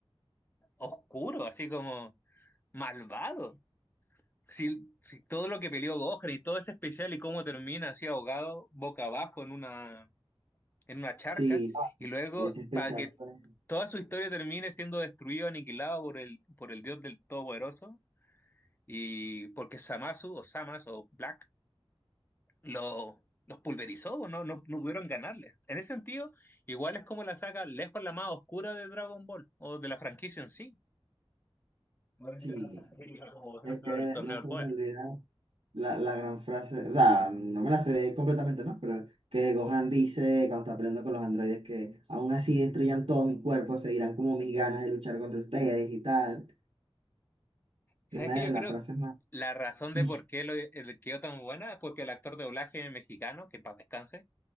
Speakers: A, on the left; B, on the right.
A: oscuro, así como malvado. Si, si todo lo que peleó Gohan y todo ese especial y cómo termina así ahogado, boca abajo en una en una charca
B: Sí, no,
A: y luego
B: es especial.
A: para que
B: pues.
A: toda su historia termine siendo destruido, aniquilado por el, por el dios del Todopoderoso y porque Samasu o Samas o Black lo, los pulverizó, o no, no, no pudieron ganarle. En ese sentido, igual es como la saga lejos la más oscura de Dragon Ball o de la franquicia en sí. No es
B: Sí,
A: que no te explica, Como por
B: es
A: ejemplo
B: que
A: el torneo
B: no
A: del
B: se
A: poder.
B: me olvida. la, la gran frase, o sea, no me la sé completamente, ¿no? Pero que Gohan dice cuando está peleando con los androides que aún así destruyan todo mi cuerpo, seguirán como mis ganas de luchar contra ustedes y tal,
A: ¿Sabes
B: que es una
A: que Yo
B: de las
A: creo
B: frases
A: que
B: más...
A: la razón
B: <laughs>
A: de por qué lo, el- quedó tan buena es porque el actor de doblaje mexicano, que en paz descanse,